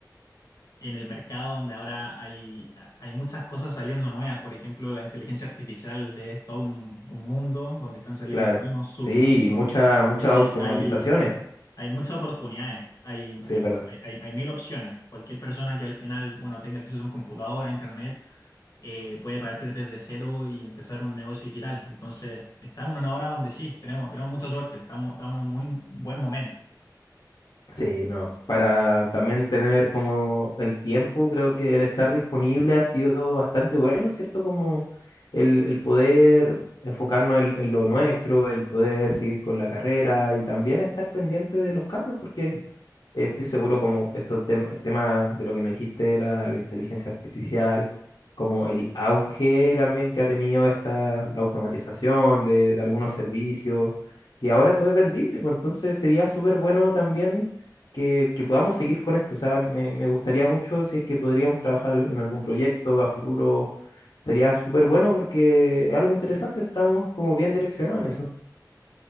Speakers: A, on the left; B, on the left.
A: en el mercado donde ahora hay, hay muchas cosas saliendo nuevas. Por ejemplo, la inteligencia artificial de esto, un, un mundo donde están saliendo
B: Claro.
A: nuevos submundos.
B: Sí, muchas muchas
A: Entonces,
B: automatizaciones,
A: hay, hay muchas oportunidades, hay,
B: sí,
A: hay,
B: es verdad.
A: hay, hay- hay mil opciones. Cualquier persona que al final, bueno, tenga acceso a un computador, a internet eh, puede partir desde cero y empezar un negocio digital. Entonces, estamos en una hora donde sí, tenemos, tenemos mucha suerte, estamos, estamos en un muy buen momento.
B: Sí, no. Para también tener como el tiempo, creo que el estar disponible ha sido bastante bueno, ¿cierto? Como el, el poder enfocarnos en, en lo nuestro, el poder seguir con la carrera y también estar pendiente de los cambios, porque eh, estoy seguro como estos tem- el tema de lo que me dijiste, de la, la inteligencia artificial, como el auge también que ha tenido esta, la automatización de, de algunos servicios, que ahora todo es vendible, pues entonces sería súper bueno también que, que podamos seguir con esto. O sea, me, me gustaría mucho si es que podríamos trabajar al- en algún proyecto a futuro. Sería súper bueno porque es algo interesante, estamos como bien direccionados en eso.